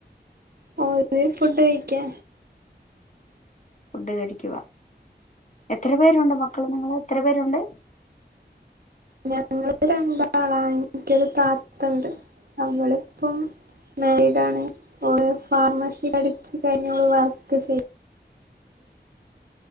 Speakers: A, on the right; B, on the left.
A: ഓല് ഫുഡഴിക്കാ
B: ഫുഡ് കഴിക്കുവാ എത്ര പേരുണ്ട് മക്കള് നിങ്ങള് എത്ര പേരുണ്ട്?
A: ഞങ്ങള് രണ്ടാളാ നിക്കൊരു താത്തണ്ട് അവളിപ്പോ മാരീഡാണ് ഓള് ഫാർമസി പഠിച്ചു കഴിഞ് ഓള് വർക്ക് ചെയ്